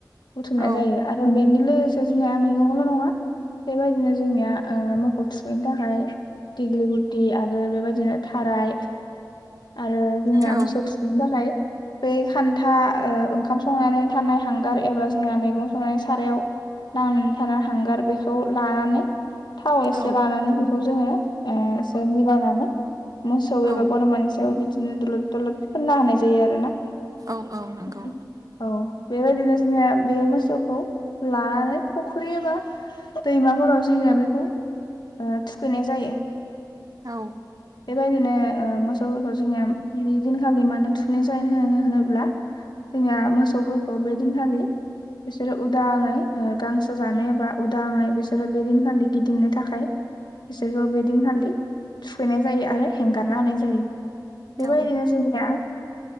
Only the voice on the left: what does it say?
बुथुमनाय
जायो आरो बेनि लोगोसे जोंनिया मैगंल' नङा बेबायदिनो जोंनिया ओ मोखौ थुखैनो थाखाय दिग्लि गुदि आरो बेबायदिनो थाराय आरो जोंना
मोसौ <unintelligible> थाखाय बै खान्था ओ ओंखाम संनानै थानाय हांगार एबा जोंना मैगं संनानै सारायाव नांनानै थानो हांगार बेखौ लानानै थाव एसे
लानानै बेखौ जोङो ओ एसे मिलायनानै मोसौ
एबा बोरमानि सायाव बिदि दुलुद दुलुद फोनना होनाय जायो आरो ना
औ बेबायदिनो जोंनिया बे मोसौखौ लानानै फुख्रि एबा दैमाफोराव जोंनिया बेखौ ओ थुखैनाय जायो
बेबायदिनो ओ मोसफोरखौ जोंनिया बेदिनखालि मानो थुनाय <unintelligible> होनोब्ला जोंनिया मोसौफोरखौ बे दिनखालि बिसोरो उदाङै ओ गांसो जानो एबा उदाङै बिसोरो बे दिनखालि गिदिंनो थाखाय बिसोरखो बेदिनखालि थुखैनाय जायो आरो हेंगारना होनाय जायो बेबायदिनो
जोंनिया